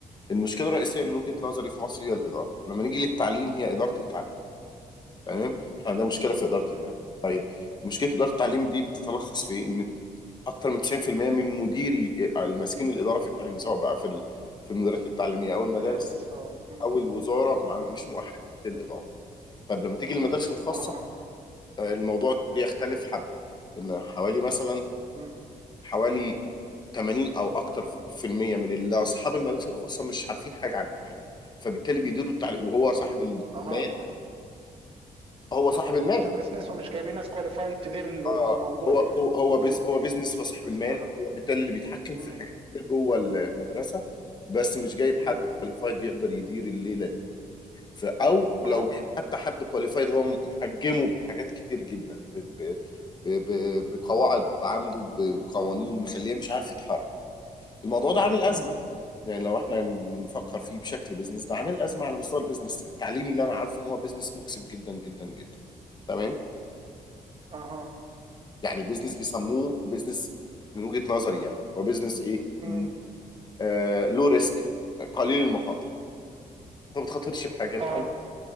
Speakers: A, on the left; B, on the right.
A: المشكله الرئيسيه
B: مهم.
A: من وجهه نظري في مصر هي الاداره لما نيجي للتعليم هي اداره التعليم تمام احنا عندنا مشكله في اداره
B: مهم.
A: التعليم طيب مشكله اداره التعليم دي بتتلخص في إيه؟ ان اكتر من 90% من مديري ماسكين الاداره في التعليم سواء بقى في ال- في المديريات التعليميه او المدارس
B: مدارس اه مم.
A: او الوزاره مع- مش
B: مم.
A: مؤهلين للاداره طيب لما تيجي المدارس الخاصه
B: اها
A: آه، الموضوع بيختلف حبه ان حوالي مثلا
B: مم.
A: حوالي 80 او اكتر في المية من اللي اصحاب المدارس الخاصة مش عارفين حاجة عن التعليم فبالتالي بيديروا التعليم وهو صاحب المال
B: اها
A: هو صاحب المال
B: كبزنس ومش جايبين ناس كواليفايد تدير ال-
A: اه
B: الموضوع
A: هو
B: يعني
A: هو هو بز
B: امم
A: هو بيزنس هو صاحب
B: مش
A: المال
B: مؤهل
A: هو بالتالي اللي بيتحكم في
B: امم
A: حاجات كتير جوه المدرسة بس مش جايب حد
B: امم
A: كواليفايد يقدر يدير الليلة دي ف- او لو
B: اه
A: جايب حتى حد كواليفايد هو محجمه بحاجات كتير جدا ب ب ب ب- بقواعد عنده بقوانين مخليه مش عارف يتحرك الموضوع ده عامل أزمة
B: امم
A: يعني لو احنا نفكر فيه بشكل بيزنس ده عامل ازمه على مستوى البيزنس التعليمي اللي انا عارفه ان هو بيزنس مكسب جدا جدا جدا تمام
B: اها
A: يعني بيزنس بيسموه بيزنس من وجهه نظري يعني هو بيزنس ايه
B: امم
A: م- آه لو ريسك قليل المخاطر انت ما بتخاطرش بحاجه انت
B: اه
A: عندك